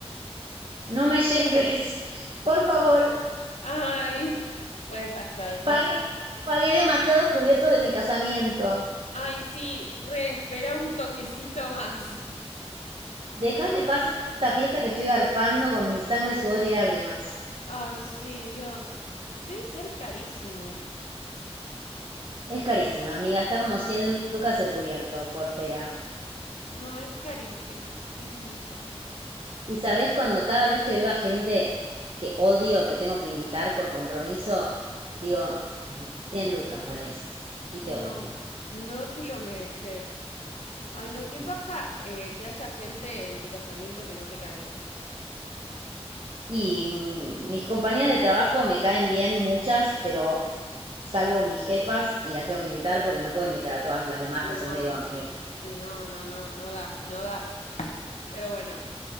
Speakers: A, on the right; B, on the left.
A: No me lleves, <laughs> por favor,
B: Ay, puede pasar, puede
A: pagué,
B: pasar.
A: pagué demasiados cubiertos de mi casamiento.
B: Ay, sí, re, espera un toquecito más.
A: Deja que pase esta fiesta que estoy garpando con mi sangre, sudor y lágrimas.
B: Ay, sí, Dios. Debe ser carísima.
A: Es carísima, amiga, está como 100 lucas el cubierto, por pera.
B: No, es carísimo, es mucho.
A: Y sabes, cuando cada vez que veo a gente que odio, que tengo que invitar por compromiso, digo, 100 lucas, vales, y te odio.
B: No, no te lo mereces. Ay, no, qué
A: No.
B: paja eh, que haya gente en tu casamiento que no te cae bien.
A: Y mm, mis compañías de trabajo me caen bien muchas, pero salvo mis jefas y las tengo que invitar porque no puedo invitar a todas las demás
B: Y
A: que
B: no,
A: son medio amigotas.
B: y no, no, no, no da, no da. Pero bueno,